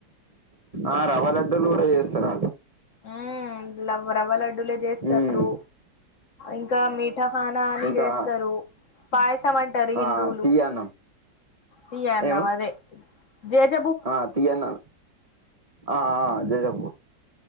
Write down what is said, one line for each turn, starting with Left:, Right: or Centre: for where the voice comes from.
Right: ఆ రవ్వ లడ్డులు కూడా చేస్తారు
Left: ఉమ్ రవ్వ రవ్వ లడ్డూలే చేస్తారు
Right: ఉమ్
Left: ఇంకా మీ ఠ ఖానా అని
Right: ఇంకా
Left: చేస్తారు పాయసం అంటారు
Right: ఆ
Left: హిందువులు
Right: తీయన్నం
Left: తీయ అన్నం
Right: ఏమో
Left: అదే జేజ
Right: ఆ తీయన్నా ఆ జయబ